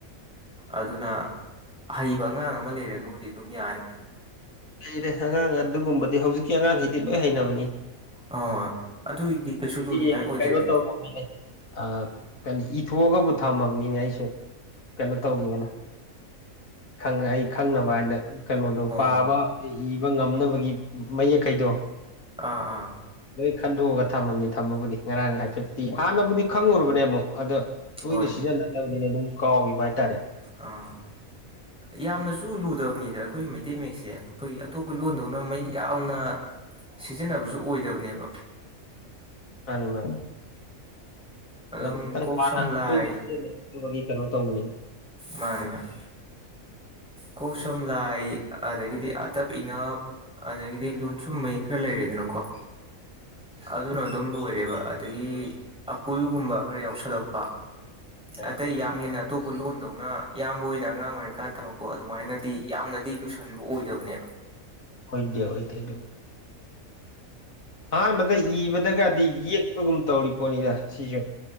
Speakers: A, in the centre; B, on the left (about 70°).
A: ꯑꯗꯨꯅ ꯍꯩꯕ ꯑꯉꯥꯡ ꯑꯃ ꯂꯩꯔꯒꯕꯨꯗꯤ ꯑꯗꯨꯝ ꯌꯥꯅꯤ
B: ꯂꯩꯔꯦ ꯑꯉꯥꯡ ꯑꯗꯨꯒꯨꯝꯕꯗꯤ ꯍꯧꯖꯤꯛꯀꯤ ꯑꯉꯥꯡꯈꯩꯗꯤ ꯂꯣꯏ ꯍꯩꯅꯕꯅꯤ
A: ꯑꯥ ꯑꯗꯨꯒꯤꯗꯤ ꯀꯩꯁꯨ ꯂꯨꯅꯤꯡꯉꯥꯏ
B: ꯇꯤ
A: ꯑꯣꯏꯗ꯭ꯔꯦꯗ
B: ꯀꯩꯅꯣ ꯇꯧꯕ ꯃꯤꯅꯦ ꯑꯥ ꯀꯅꯤ ꯏꯊꯣꯛꯑꯒꯕꯨ ꯊꯝꯃꯕꯅꯤꯅꯦ ꯑꯩꯁꯨ ꯀꯩꯅꯣ ꯇꯧꯒꯦꯅ ꯈꯪꯉ ꯑꯩ ꯈꯪꯅꯕ ꯍꯥꯏꯅ ꯀꯩꯅꯣꯗꯣ
A: ꯑꯣ
B: ꯄꯥꯕ ꯏꯕ ꯉꯝꯅꯕꯒꯤ ꯃꯌꯦꯛꯈꯩꯗꯣ
A: ꯑꯥ ꯑꯥ
B: ꯂꯣꯏ ꯈꯟꯗꯣꯛꯑꯒ ꯊꯝꯃꯝꯅꯤ ꯊꯝꯕꯕꯨꯗꯤ ꯉꯔꯥꯡ ꯍꯥꯏꯐꯤꯠꯇꯤ ꯍꯥꯟꯅꯕꯨꯗꯤ ꯈꯪꯉꯨꯨꯔꯕꯅꯦ ꯑꯃꯨꯛ ꯑꯗ ꯇꯣꯏꯅ
A: ꯍꯣꯏ
B: ꯁꯤꯖꯤꯟꯅꯗꯕꯅꯤꯅ ꯑꯗꯨꯝ ꯀꯥꯎꯒꯤꯕ ꯍꯥꯏꯇꯥꯔꯦ
A: ꯑꯥ ꯌꯥꯝꯅꯁꯨ ꯂꯨꯗꯕꯅꯤꯗ ꯑꯈꯣꯏ ꯃꯩꯇꯩ ꯃꯌꯦꯛꯁꯦ ꯑꯈꯣꯏꯒꯤ ꯑꯇꯣꯞꯄ ꯂꯣꯟꯗꯧꯅ ꯃꯌꯦꯛ ꯌꯥꯝꯅ ꯁꯤꯖꯤꯟꯅꯕꯁꯨ ꯑꯣꯏꯗꯕꯅꯦꯕ
B: ꯃꯥꯅꯤ ꯃꯥꯅꯤ
A: ꯑꯗꯨꯝ
B: ꯑꯗꯕꯨ ꯈꯤꯇꯪ
A: ꯀꯣꯛ
B: ꯍꯥꯟꯅ
A: ꯁꯝ ꯂꯥꯏ
B: ꯇꯣꯏꯅ ꯁꯤꯖꯤꯟꯅꯔꯛꯇꯕꯒꯤ ꯀꯩꯅꯣ ꯇꯧꯕꯅꯤꯅ
A: ꯃꯥꯅꯤ ꯃꯥꯅꯤ ꯀꯣꯛ ꯁꯝ ꯂꯥꯏ ꯑꯗꯒꯤꯗꯤ ꯑꯥꯇꯞ ꯏꯅꯞ ꯑꯗꯒꯤꯗꯤ ꯂꯣꯟꯁꯨꯝ ꯃꯌꯦꯛ ꯈꯔ ꯂꯩꯔꯦꯗꯅꯀꯣ ꯑꯗꯨꯅ ꯑꯗꯨꯝ ꯂꯣꯏꯔꯦꯕ ꯑꯗꯒꯤ ꯑꯞꯄꯨꯜꯒꯨꯝꯕ ꯈꯔ ꯌꯥꯎꯁꯜꯂꯛꯄ
B: ꯍꯣꯏ
A: ꯑꯇꯩ ꯌꯥꯝ ꯍꯦꯟꯅ ꯑꯇꯣꯞꯄ ꯂꯣꯟꯗꯧꯅ ꯏꯌꯥꯝꯕ ꯍꯣꯏꯅ ꯑꯉꯥꯡ ꯑꯣꯏꯔꯤꯀꯥꯟ ꯇꯝꯃꯛ ꯀꯣ ꯑꯗꯨꯃꯥꯏꯅꯗꯤ ꯌꯥꯝꯅꯗꯤ ꯂꯨꯁꯟꯕ ꯑꯣꯏꯗꯕꯅꯦꯕ
B: ꯑꯣꯢꯗꯦ ꯑꯣꯢꯗꯦ ꯑꯗꯨꯕꯨ ꯑꯍꯥꯟꯕꯗ ꯏꯕꯗꯒꯗꯤ ꯌꯦꯛꯄꯒꯨꯝ ꯇꯧꯔꯤ ꯄꯣꯠꯅꯤꯅ ꯁꯤꯖꯨ